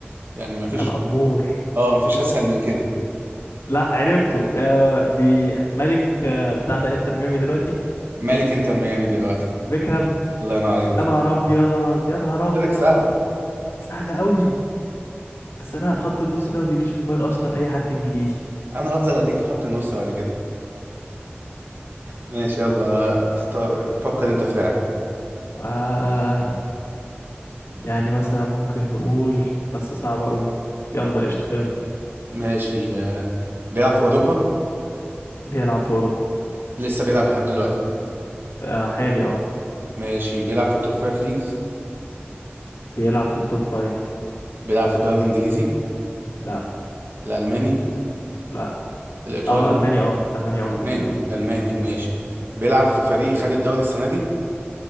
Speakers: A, on the right; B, on the left.
A: يعني ما فيش
B: كان أمور
A: اه ما فيش اسهل من كده
B: لأ عرفته آه بي ملك آه بتاع ده إنتر ميامي دلوقتي
A: مالك انتر ميامي دلوقتي
B: بيكهام
A: الله ينور عليك ده.
B: يا نهار
A: قلت
B: ابيض يا نهار ابيض
A: لك سهل
B: سهله قوي بس انا خط النص ده ما بيجيش في دماغي اصلا اي حد انجليزي
A: انا هفضل اديك في خط النص بعد كده ماشي يلا اختار فكر انت في لاعب
B: آه يعني مثلا ممكن نقول بس صعبه قوي دي يلا قشطه يلا
A: ماشي آه، بيلعب في اوروبا
B: بيلعب في اوروبا
A: لسه بيلعب لحد دلوقتي
B: آه حالي اه
A: ماشي بيلعب في التوب فايف ليجز
B: بيلعب في التوب فايف
A: بيلعب في الدوري الانجليزي
B: لا
A: الالماني
B: لا
A: الايطالي
B: اه المانيا اه المانيا اه
A: ألماني
B: المانيا اه
A: ألماني ماشي بيلعب في فريق خد الدوري السنة دي